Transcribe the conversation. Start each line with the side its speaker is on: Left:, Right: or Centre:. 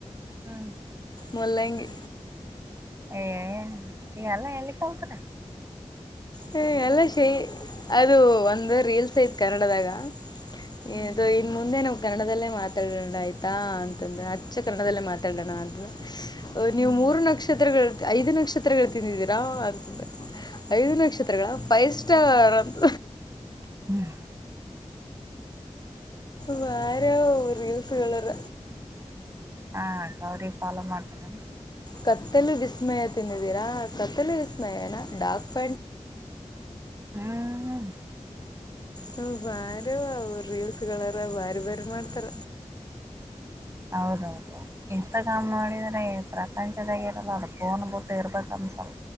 Right: ಹ್ಮ್ <inaudible>
Left: ಮುಲ್ಲಂಗಿ
Right: ಏ <unintelligible> ಎಲ್ಲ ಎಲ್ಲಿ ಕಲ್ತ್ರ
Left: ಹ ಅಲ್ಲ ಶೈ ಅದು ಒಂದು ರೀಲ್ಸ್ ಐತ್ ಕನ್ನಡದಾಗ
Right: ಹ್ಮ್
Left: ಇದು ಇನ್ ಮುಂದೆನು ಕನ್ನಡದಲ್ಲೇ ಮಾತಾಡೋಣ ಆಯ್ತಾ ಅಂತಂದ್ರೆ ಅಚ್ಚ ಕನ್ನಡದಲ್ಲೇ ಮಾತಾಡೋಣ ಅಂತಂದ್ರೆ ನೀವು
Right: ಹ್ಮ್
Left: ಮೂರು ನಕ್ಷತ್ರಗಳು. ಐದು ಲಕ್ಷ <unintelligible> ಹತ್ರಗಳು ತಿಂದಿದ್ದೀರಾ ಅಂತೆ ಐದು
Right: ಹ್ಮ್
Left: ನಕ್ಷತ್ರಗಳ ಫೈಸ್ಟ್ ಇಷ್ಟಾರಂತ
Right: ಹ್ಮ್
Left: ವಾರ ರೀಲ್ಸ್ಗಳವ
Right: ಹಾ ಗೌರಿ ಪಾಲ ಮಾಡ್ತಾರ
Left: ಕತ್ತಲು ವಿಸ್ಮಯ ತಿ ಿದ್ದೀರಾ ಕತ್ತಲು ವಿಸ್ಮಯ ಏನಾ ಡಾರ್ ಪ್
Right: ಹ್ಮ್ <unintelligible>
Left: ಹ ಬಾರ ರೀಲ್ಸ್ಗಳಾರ ಬಾರಿ ಬಾರಿ ಮಾಡ್ತಾರ
Right: ಹೌದೌದು ಇಂಥ ಕಾಮ್ ಮಾಡೋಿದ್ರೆ ಪ್ರಪಂಚದಾಗ ಇರಲ್ಲ ಅದು ಫೋನ್ ಬೂಟ್ಟ ಇರ್ಬೇಕನ್ಸಲ್